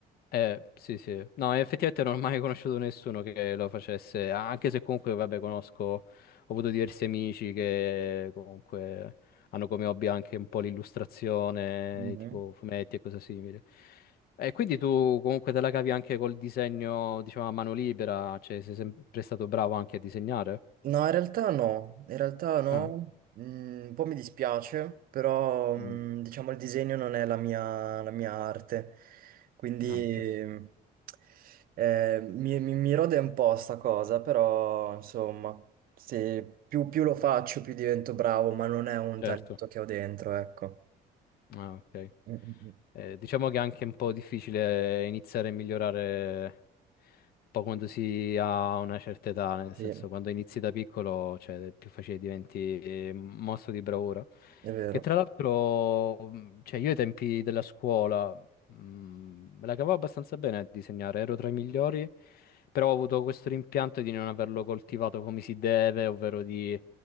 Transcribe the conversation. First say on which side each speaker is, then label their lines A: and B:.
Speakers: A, on the left (about 65°); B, on the right (about 60°).
A: Eh, sì, sì. No, effettivamente non ho mai conosciuto nessuno che lo facesse, anche se comunque, vabbè, conosco, ho avuto diversi amici che comunque hanno come hobby anche un po' l'illustrazione,
B: Mhm.
A: tipo fumetti e cose simili. E quindi tu comunque te la cavi anche col disegno, diciamo, a mano libera, cioè sei sempre stato bravo anche a disegnare?
B: No, in realtà no, in realtà no,
A: Ah,
B: Mm, un po' mi dispiace, però
A: Mm.
B: mm, diciamo il disegno non è la mia, la mia arte, quindi
A: ah, ok,
B: mm, eh, mi, mi- mi rode un po' sta cosa, però insomma, se più, più lo faccio più divento bravo, ma non è un
A: certo.
B: talento che ho dentro, ecco.
A: Ah, ok.
B: Mm, mm, mm.
A: Eh, diciamo che è anche un po' difficile iniziare a migliorare un po' quando si ha una certa età, nel
B: Sì,
A: senso
B: è
A: quando inizi da piccolo, cioè è più facile diventi eh, mostro di bravura.
B: vero.
A: Che tra l'altro, mh, cioè io ai tempi della scuola Mm, me la cavavo abbastanza bene a disegnare, ero tra i migliori, però ho avuto questo rimpianto di non averlo coltivato come si deve, ovvero di,